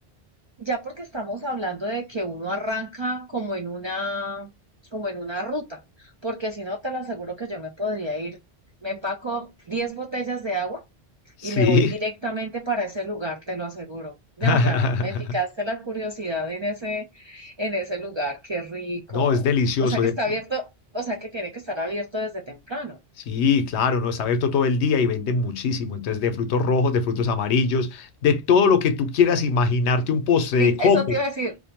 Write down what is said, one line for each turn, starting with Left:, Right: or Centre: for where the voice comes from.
Right: ya porque estamos hablando de que uno arranca como en una, como en una ruta, porque si no te lo aseguro que yo me podría ir. Me empaco 10 botellas de agua
Left: Sí.
Right: y me voy directamente para ese lugar, te lo aseguro. Ya,
Left: <laughs>
Right: ya, me picaste la curiosidad en ese, en ese lugar, qué rico.
Left: No, es delicioso.
Right: O sea que
Left: de-
Right: está abierto, o sea que tiene que estar abierto desde temprano.
Left: sí, claro, no, está abierto todo el día y venden muchísimo. Entonces, de frutos rojos, de frutos amarillos, de todo lo que tú quieras imaginarte un postre
Right: Di-
Left: de coco.
Right: Eso te iba a decir,